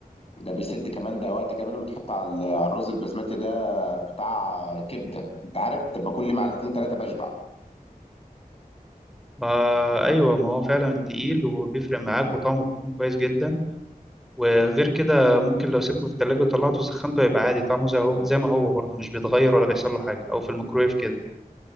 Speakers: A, on the left; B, in the centre.
A: ده بيسد كمان ده وقت كمان لما تحط على ال- على الرز البسمتي ده بتاع كبده انت عارف بتبقى كل معلقتين ثلاثه بشبع
B: ما ايوه ما هو فعلا تقيل وبيفرق معاك وطعمه بيكون كويس جدا وغير كده ممكن لو سبته في التلاجة وطلعته وسخنته يبقى عادي طعمه زي هو زي ما هو برضه مش بيتغير ولا بيحصل له حاجه او في الميكرويف كده